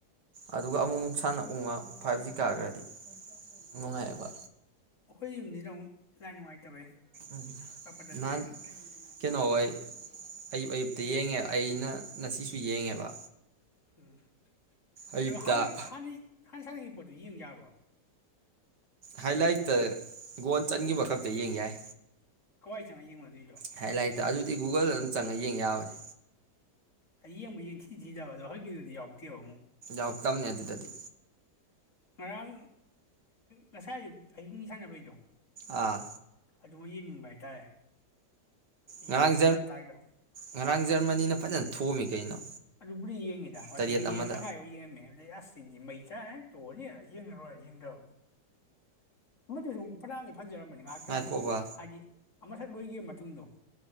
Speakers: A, on the right; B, on the left.
A: ꯑꯗꯨꯒ ꯑꯃꯨꯛ ꯑꯃꯨꯛ ꯁꯥꯟꯅ ꯎꯉ ꯐꯥꯏꯞ ꯖꯤ ꯀꯥꯈ꯭ꯔꯗꯤ ꯅꯨꯡꯉꯥꯏꯌꯦꯕ
B: ꯑꯩꯈꯣꯏ ꯌꯨꯝꯁꯤꯗ ꯑꯃꯨꯛ ꯂꯥꯏꯠ ꯅꯨꯡꯉꯥꯏꯇꯕꯩ
A: ꯎ
B: ꯄꯠ ꯄꯠ ꯇꯠꯄꯩ
A: ꯅꯍꯥꯟ ꯀꯩꯅꯣꯍꯣꯏ ꯑꯌꯨꯛ ꯑꯌꯨꯛ ꯌꯦꯡꯉꯦꯕ ꯑꯩꯅ ꯉꯁꯤꯁꯨ ꯌꯦꯡꯉꯦꯕ
B: ꯎꯝ
A: ꯑꯌꯨꯛꯇ
B: ꯑꯗꯨ ꯍꯥꯟ ꯍꯅꯤ ꯍꯟ ꯁꯛꯒꯤ ꯄꯣꯠꯇꯨ ꯌꯦꯡ ꯌꯥꯕ꯭ꯔꯣ
A: ꯍꯥꯏꯂꯥꯏꯠꯇ ꯒꯣꯟ ꯆꯟꯈꯤꯕ ꯈꯛꯇ ꯌꯦꯡ ꯌꯥꯏ
B: ꯀꯋꯥꯏ ꯆꯪꯉ ꯌꯦꯡꯉꯕ ꯗꯤ
A: ꯍ ꯥꯏꯂꯥꯏꯠ ꯑꯗꯨ ꯒꯨꯒꯜꯗ ꯑꯗꯨꯝ ꯆꯪꯉꯒ ꯌꯦꯡ ꯌꯥꯕꯅꯤ
B: ꯍꯌꯦꯡꯕ ꯌꯦꯡ ꯊꯤ ꯊꯤꯕ ꯑꯗꯣ ꯍꯣꯏꯒꯤꯗꯨꯗꯤ ꯌꯥꯎꯗꯦꯕ ꯑꯃꯨꯛ <unintelligible>
A: ꯑꯧ ꯇꯝꯅꯦ ꯑꯗꯨꯗꯗꯤ
B: ꯉꯔꯥꯡ ꯉꯁꯥꯏ ꯑꯌꯨꯛ ꯑꯍꯤꯡ ꯁꯥꯟꯅꯕꯩꯗꯣ
A: ꯑꯥ
B: ꯑꯗꯨꯃ ꯌꯦꯡꯅꯤꯡꯕ ꯍꯥꯏꯇꯥꯔꯦ
A: ꯉꯔꯥꯡ
B: ꯌꯦ ꯒ꯭ꯌꯥꯟ ꯇꯥꯏꯗꯣ
A: ꯉꯔꯥꯡ ꯖꯔꯃꯟꯅ ꯐꯖꯅ ꯊꯣꯝꯃꯤ ꯀꯩꯅꯣ
B: ꯑꯗꯨꯕꯨꯔꯤ ꯌꯦꯡꯉꯤꯗ ꯋꯥꯠꯇꯤꯒ
A: ꯇꯔꯦꯠ ꯑꯃꯗ
B: ꯌꯦꯡ ꯇꯪꯈꯥꯏꯐꯥꯎ ꯌꯦꯡꯉꯃꯦ ꯑꯗꯩ ꯑꯁ ꯁꯤꯗꯤ ꯃꯩ ꯆꯥꯑꯅꯤ ꯇꯣꯛꯑꯅꯤ ꯑ ꯌꯦꯡꯉꯔꯣꯏ ꯌꯦꯡꯗꯕ <unintelligible> ꯐꯖꯔꯝꯕꯅꯤ ꯉꯥꯏꯇꯪꯗꯣ
A: ꯉꯥꯏꯈꯣꯕ
B: ꯍꯥꯏꯗꯤ ꯑꯃꯊꯛ ꯂꯣꯏꯒꯤ ꯃꯇꯨꯡꯗꯣ